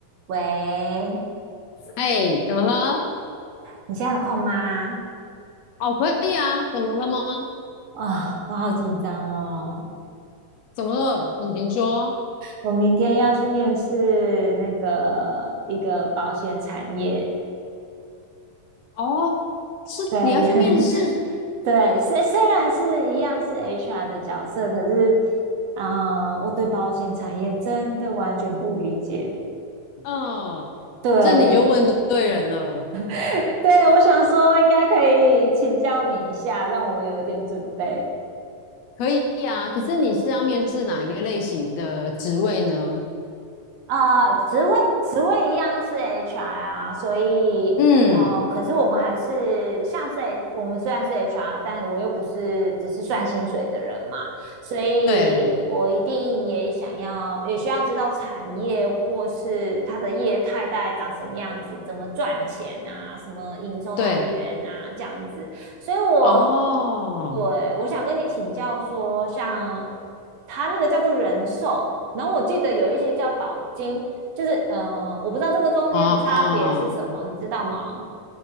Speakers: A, on the right; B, on the left.
A: 喂，
B: 哎，怎么了？
A: 你现在有空吗？
B: 哦，可以啊，怎么了吗？
A: 啊、我好紧张哦！
B: 怎么了？请请说。
A: 我明天要去面试那个一个保险产业，
B: 哦，是你要去面试？
A: 对 <laughs> 对，虽虽然是一样是 HR 的角色，可是，嗯、我对保险产业真的完全不理解。
B: 嗯，
A: 对
B: 这你就问对人了。
A: <laughs> 对，我想说应该可以请教你一下，让我有一点准备。
B: 可以啊，可是你是要面试哪一个类型的职位呢？
A: 啊，职位职位一样是 HR 啊，所以
B: 嗯，
A: 呃，可是我们还是像是 H- 我们虽然是 HR，但我又不是只是算薪水的人嘛，所以我一定也想要也需要知道产业或是它的业态大概长什么样子，
B: 对
A: 怎么赚钱啊，什么营收来源啊，
B: 对，
A: 这样子，所以我
B: 哦
A: 对我想跟你请教说，像他那个叫做人寿。然后我记得有一些叫保金，就是呃，我不知道这个中间的差别是什么，
B: 哦，
A: 你知道吗？